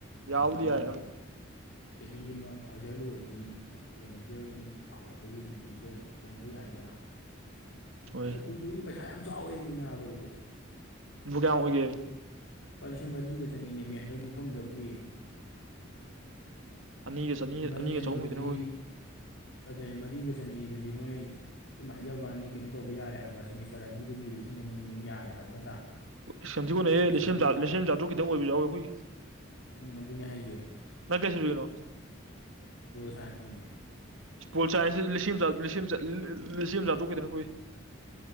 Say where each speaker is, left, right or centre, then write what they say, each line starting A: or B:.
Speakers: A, on the left; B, on the right.
A: ꯀꯩꯅꯣꯝ
B: ꯌꯥꯕꯨꯗꯤ
A: ꯑꯃ
B: ꯌꯥꯏ
A: ꯂꯣꯏꯔꯗꯤ
B: ꯌꯥꯝ
A: ꯆꯍꯤ ꯑꯃ ꯐꯥꯁꯌꯥꯔ ꯂꯣꯏꯔꯗꯤ ꯌꯦꯟ ꯌꯔꯒꯤ ꯍꯧꯔꯛꯄꯒꯤꯗꯨꯏꯗ ꯍꯣꯡꯕ ꯌꯥꯏꯗꯅ
B: ꯍꯣꯏ
A: ꯑꯩ ꯍꯧꯡꯗꯣꯛꯗꯤ ꯄꯩꯁꯥ ꯌꯥꯝ ꯆꯥꯎꯋꯦ ꯃꯤ ꯅꯥꯕ ꯏꯕꯣ
B: ꯕꯨ ꯀꯌꯥꯝ ꯑꯣꯏꯒꯦ
A: ꯂꯨꯄꯥ ꯂꯤꯁꯤꯡ ꯃꯔꯤꯒ ꯆꯅꯤꯅꯦꯝꯃꯤ ꯍꯟꯗꯛꯀꯤ ꯐꯣꯝ ꯐꯤꯂꯞꯀꯤ
B: ꯑꯅꯤꯒ ꯆꯅꯤ
A: ꯅꯣꯏ ꯃꯔꯤ
B: ꯑꯅꯤꯒ
A: ꯆꯅꯤꯗꯨꯗꯤ
B: ꯆꯍꯨꯝ ꯈꯤꯇꯪ ꯑꯣꯏ
A: ꯑꯗꯨ ꯃꯔꯤꯒ ꯆꯅꯤꯗꯨꯗꯤ ꯅꯣꯏ ꯁꯨꯝ ꯍꯥꯏꯖꯕ ꯋꯥꯅꯤ ꯀꯩꯅꯣ ꯇꯧꯕ ꯌꯥꯔꯦ ꯍꯥꯏꯕ ꯁꯦꯃꯤꯁꯇꯔ ꯑꯅꯤꯗꯨꯒꯤ ꯂꯤꯁꯤꯡ ꯑꯅꯤ ꯑꯅꯤꯝ ꯌꯥꯔꯦ ꯍꯥꯏꯕ ꯅꯠꯇ꯭ꯔꯥ
B: ꯏꯁ <unintelligible> ꯂꯤ
A: ꯍꯥꯏꯗꯤ
B: ꯂꯤꯁꯤꯡꯑꯝ
A: ꯆꯍꯨꯝ
B: ꯆꯥꯇ꯭ꯔꯨꯛ ꯈꯤꯇꯪ ꯑꯣꯏꯕ ꯌꯥꯎꯏ ꯑꯩꯈꯣꯏꯒꯤ
A: ꯎꯝ ꯑꯗꯨꯅꯦ ꯍꯥꯏꯖꯦ
B: ꯅꯪ ꯀꯩ ꯁꯕꯖꯦꯒꯅꯣ
A: ꯄꯣꯜ ꯁꯥꯥꯏꯟꯁ ꯅꯦꯃꯤ
B: ꯏꯁ ꯄꯣꯜ ꯁꯥꯏꯟꯁ ꯂꯤꯁꯤꯡ ꯑꯃ ꯆꯥ ꯆꯥꯇ꯭ꯔꯨꯛ ꯈꯤꯇꯗꯅꯦ ꯑꯩꯈꯣꯏ